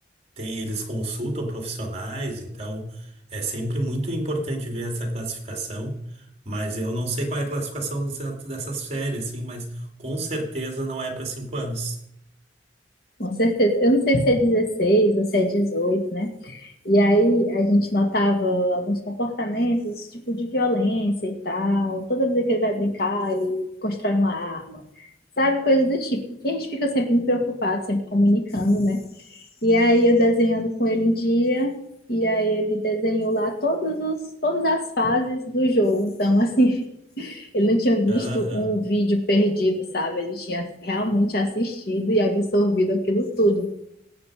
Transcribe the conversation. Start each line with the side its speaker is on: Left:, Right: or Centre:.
Right: Tem, eles consultam profissionais, então é sempre muito importante ver essa classificação. Mas eu não sei qual é a classificação exata dessa série, assim, mas com certeza não é para cinco anos.
Left: com certeza. Eu não sei se é 16 ou se é 18, né? E aí a gente notava alguns comportamentos, tipo de violência e tal. Toda vez que ele vai brincar, ele constrói uma arma. Sabe, coisas do tipo. E a gente fica sempre muito preocupado, sempre comunicando, né? E aí eu desenhando com ele um dia, e aí ele desenhou lá todos os, todas as fases do jogo. Então, assim, <laughs> ele não tinha visto
Right: Aham,
Left: um vídeo perdido, sabe? Ele tinha realmente assistido e absorvido aquilo tudo.